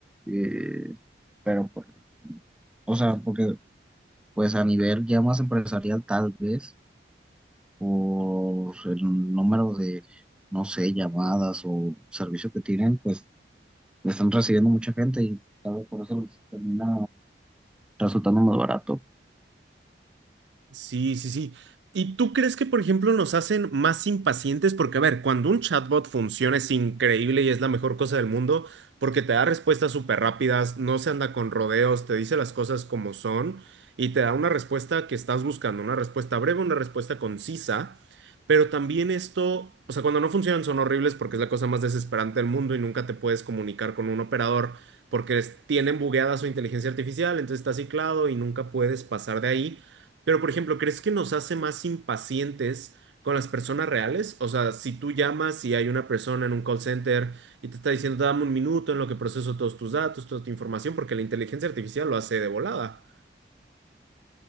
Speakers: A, in the centre; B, on the right (about 85°).
A: eh, pero pues, o sea, porque pues a nivel ya más empresarial tal vez. por el número de, no sé, llamadas o servicio que tienen, pues le están recibiendo mucha gente y tal vez por eso les termina resultando más barato.
B: Sí, sí, sí. ¿Y tú crees que, por ejemplo, nos hacen más impacientes? Porque, a ver, cuando un chatbot funciona es increíble y es la mejor cosa del mundo porque te da respuestas súper rápidas, no se anda con rodeos, te dice las cosas como son y te da una respuesta que estás buscando, una respuesta breve, una respuesta concisa. Pero también esto, o sea, cuando no funcionan son horribles porque es la cosa más desesperante del mundo y nunca te puedes comunicar con un operador porque es- tienen bugueada su inteligencia artificial, entonces estás ciclado y nunca puedes pasar de ahí. Pero, por ejemplo, ¿crees que nos hace más impacientes con las personas reales? O sea, si tú llamas y hay una persona en un call center y te está diciendo, dame un minuto en lo que proceso todos tus datos, toda tu información, porque la inteligencia artificial lo hace de volada.